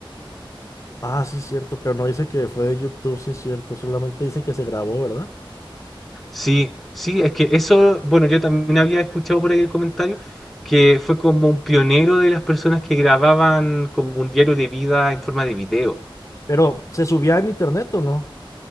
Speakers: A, on the left; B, in the centre.
A: Ah, sí, cierto, pero no dice que fue de YouTube, sí, cierto. Solamente dice que se grabó, ¿verdad?
B: Sí, sí, es que eso, bueno, yo también había escuchado por ahí el comentario que fue como un pionero de las personas que grababan como un diario de vida en forma de video.
A: Pero, ¿se subía en internet o no?